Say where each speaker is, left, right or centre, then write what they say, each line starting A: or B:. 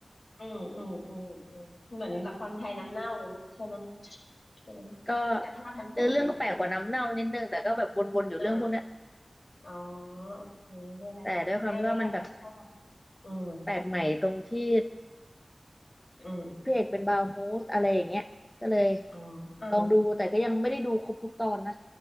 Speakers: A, on the left; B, on the left.
A: อืมอืมอืมอืมเหมือนละครไทยน้ำเน่าเลยเนาะใช่ไหมใช่ไหม
B: ก็
A: แต่ภาพมันสวย
B: เนื้อเรื่องก็แปลกกว่าน้ำเน่านิดนึงแต่ก็แบบวนๆอยู่เรื่องพวกเนี้ย
A: อ่า อ๋อโอเคเนี่ยแหละเรื่องนี้แหละฉันชอบ
B: แต่ด้วยความที่ว่ามันแบบ
A: อืม
B: แปลกใหม่ตรงที่
A: อืม
B: พระเอกเป็นบาร์โฮสอะไรอย่างเงี้ยก็เลย
A: อ๋ออ่า
B: ลองดูแต่ก็ยังไม่ได้ดูครบทุกตอนนะ